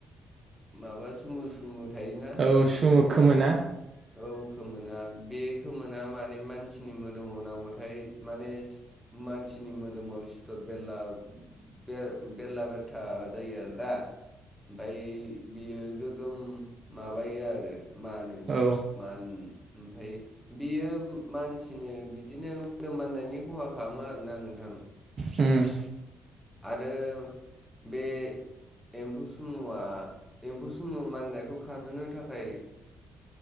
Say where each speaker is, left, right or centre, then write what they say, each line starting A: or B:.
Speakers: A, in the centre; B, on the right (about 45°).
A: माबा सुमु सुमु। थायोना
B: औ
A: एमफौ
B: सुमु
A: सुमुयाव
B: खोमोना
A: औ खोमोना बे खोमोना माने मानसिनि मोदोमाव नांगबथाय माने मानसिनि मोदोमाव। बेला बे बेरला बेरथा जायो आरोना। ओमफाय बियो गोगोम माबायो आरो। मानो
B: औ
A: मान ओमफ्राय बियो मानसिनो बिदिनो मोदोम माननायनि ख'हा खालामो आरोना नोंथां।
B: होम।
A: आरो बे एमफौ सुमुया एमफौ सुमु माननायखौ खारहोनो थाखाय